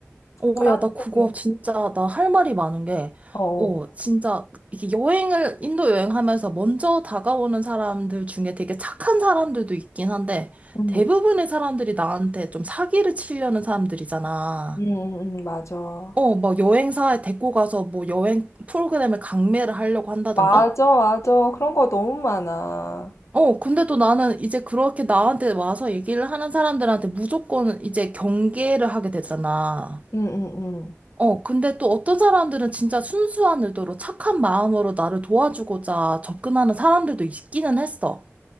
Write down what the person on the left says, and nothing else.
그런
것들은
어,
음.
응, 응, 응, 맞아.
맞아, 맞아. 그런 거 너무 많아.
응, 응, 응.